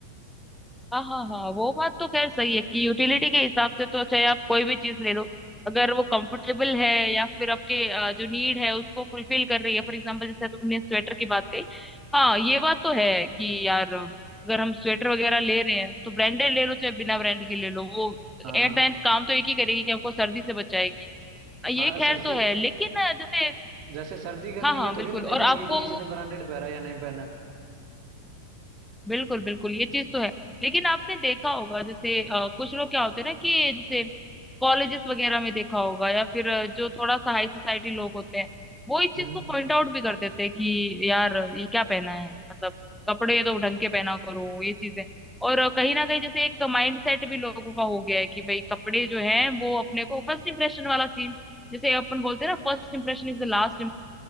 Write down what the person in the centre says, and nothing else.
हाँ हाँ हाँ वो बात तो खैर सही है कि यूटिलिटी के हिसाब से तो चाहे आप कोई भी चीज ले लो अगर वो कंफर्टेबल है या फिर आपके अ, जो नीड है उसको फुलफिल कर रही है फॉर एग्जांपल जैसे तुमने स्वेटर की बात कही हाँ ये बात तो है कि यार अगर हम स्वेटर वगैरह ले रहे हैं तो ब्रांडेड ले लो चाहे बिना ब्रांड के ले लो वो
एट
द एंड काम तो एक ही करेगी कि हमको सर्दी से बचाएगी
ये खैर
तो है लेकिन अ, जैसे
हाँ हाँ
बिल्कुल
और आपको
बिल्कुल बिल्कुल ये चीज तो है लेकिन आपने देखा होगा जैसे अ, कुछ लोग क्या होते हैं ना कि जैसे कॉलेजेस वगैरह में देखा होगा या फिर अ, जो थोड़ा सा हाई सोसाइटी लोग होते हैं वो इस
चीज को पॉइंट आउट भी कर देते हैं कि यार ये क्या पहना है मतलब कपड़े तो ढंग के पहना करो ये चीजें और अ, कहीं ना कहीं जैसे एक माइंड सेट भी लोगों का हो गया है कि भाई कपड़े जो है वो अपने को फर्स्ट इंप्रेशन वाला सीन जैसे अपन बोलते हैं ना first impression is the last